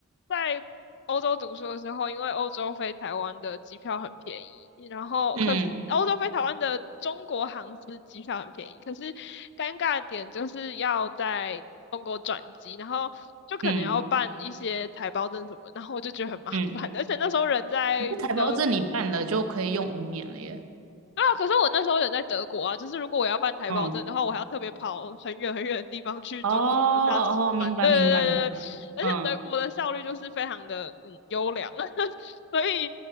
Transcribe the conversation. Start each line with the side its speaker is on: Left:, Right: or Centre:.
Left: 在欧洲读书的时候，因为欧洲飞台湾的机票很便宜，然后可是欧洲飞台湾的中国航司机票很便宜，
Right: 嗯
Left: 可是尴尬的点就是要在中国转机，然后就可能要办一些台胞证什么，
Right: 嗯
Left: 然后我就觉得很麻烦，
Right: 嗯，
Left: 而且那时候人在德。
Right: 可是台胞证你办了就可以用五年了耶。
Left: 对啊，可是我那时候人在德国啊，就是如果我要办台胞证的话，
Right: 嗯，
Left: 我还要特别跑很远很远的地方去中国的大使馆。
Right: 哦哦哦，明白明白明白，
Left: 对对对对对，而且德国的效率就是非常的嗯优良，
Right: 嗯。
Left: <laughs> 所以